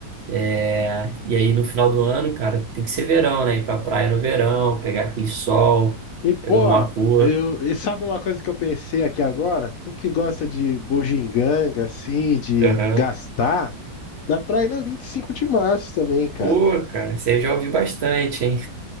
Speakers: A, on the right; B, on the left.
A: É, e aí, no final do ano, cara, tem que ser verão, né? Ir pra praia no verão, pegar aquele sol,
B: E,
A: pegar
B: pô,
A: uma cor.
B: eu, e sabe uma coisa que eu pensei aqui agora? Tu que gosta de bugiganga, assim, de
A: Aham.
B: gastar, dá pra ir na 25 de março também, cara.
A: Pô, cara, você já ouviu bastante, hein?